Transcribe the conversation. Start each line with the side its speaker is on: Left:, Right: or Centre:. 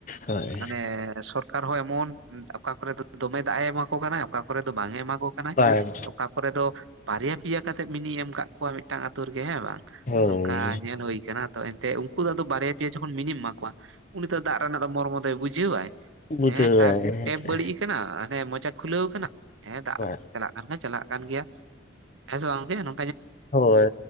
Left: ᱦᱳᱭ
Right: ᱟᱱᱮ ᱥᱚᱨᱠᱟᱨ ᱦᱚᱸ ᱮᱢᱚᱱ ᱚᱠᱟ ᱠᱚᱨᱮ ᱫᱚ ᱫᱚᱢᱮ ᱫᱟᱜ ᱮ ᱮᱢᱟ ᱠᱚ ᱠᱟᱱᱟ ᱚᱠᱟ ᱠᱚᱨᱮ ᱫᱚ ᱵᱟᱝ ᱮ ᱮᱢᱟ ᱠᱚ ᱠᱟᱱᱟ
Left: ᱵᱟᱝ
Right: ᱚᱠᱟ ᱠᱚᱨᱮ ᱫᱚ ᱵᱟᱨᱭᱟ ᱯᱮᱭᱟ ᱠᱟᱛᱮᱫ ᱢᱤᱱᱤ ᱮᱢ ᱠᱟᱜ ᱠᱚᱣᱟ ᱢᱤᱫᱴᱟᱝ ᱟᱛᱳ ᱨᱮᱜᱮ ᱦᱮᱸ ᱵᱟᱝ
Left: ᱦᱳᱭ
Right: ᱱᱚᱝᱠᱟ ᱧᱮᱞ ᱦᱩᱭᱟᱠᱟᱱᱟ ᱛᱚ ᱮᱱᱛᱮ ᱩᱱᱠᱩ ᱫᱚ ᱟᱫᱚ ᱵᱟᱨᱭᱟ ᱯᱮᱭᱟ ᱡᱚᱠᱷᱚᱱ ᱢᱤᱱᱤᱢ ᱮᱢᱟ ᱠᱚᱣᱟ ᱩᱱᱤ ᱫᱚ ᱫᱟᱜ ᱨᱮᱱᱟᱜ ᱫᱚ ᱢᱚᱨᱢᱚ ᱫᱚᱭ ᱵᱩᱡᱷᱟᱹᱣᱟᱭ
Left: ᱵᱩᱡᱷᱟᱹᱣᱟᱭ
Right: ᱦᱮᱸ
Left: ᱦᱮᱸᱥᱮ
Right: ᱴᱮᱯ ᱵᱟᱹᱲᱤᱡ ᱠᱟᱱᱟ ᱦᱟᱱᱮ ᱢᱚᱪᱟ ᱠᱷᱩᱞᱟᱹᱣ ᱠᱟᱱᱟ ᱦᱮᱸ ᱫᱟᱜ
Left: ᱵᱟᱝ
Right: ᱪᱟᱞᱟᱜ ᱠᱟᱱ ᱠᱷᱟᱱ ᱪᱟᱞᱟᱜ ᱠᱟᱱ ᱜᱮᱭᱟ ᱦᱮᱸ ᱥᱮ ᱵᱟᱝ ᱜᱚᱝᱠᱮ ᱱᱚ
Left: ᱦᱳᱭ